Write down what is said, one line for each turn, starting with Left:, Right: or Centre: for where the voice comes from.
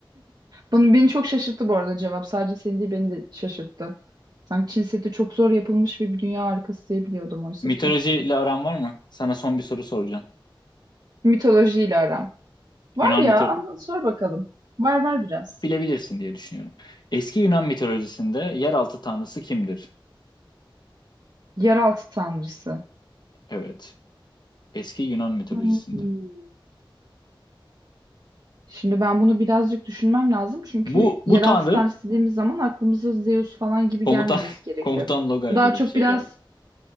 Right: Bunu beni çok şaşırttı bu arada cevap. Sadece seni değil beni de şaşırttı. Sanki Çin seti çok zor yapılmış ve bir dünya harikası diye biliyordum oysa
Left: Mitolojiyle
Right: ki.
Left: aran var mı? Sana son bir soru soracağım.
Right: Mitolojiyle aram. Var
Left: Yunan
Right: ya
Left: mito
Right: anlat sor bakalım. Var var biraz.
Left: bilebilirsin diye düşünüyorum. Eski Yunan mitolojisinde yeraltı tanrısı kimdir?
Right: Yeraltı tanrısı.
Left: Evet. Eski Yunan mitolojisinde.
Right: Hmm. Şimdi ben bunu birazcık düşünmem lazım. Çünkü
Left: Bu bu
Right: yeraltı
Left: tanrı
Right: tanrısı dediğimiz zaman aklımıza Zeus falan gibi
Left: komutan
Right: gelmemesi
Left: <laughs>
Right: gerekiyor.
Left: komutan Logar
Right: Bu daha
Left: gibi
Right: çok
Left: bir şey
Right: biraz
Left: geldi.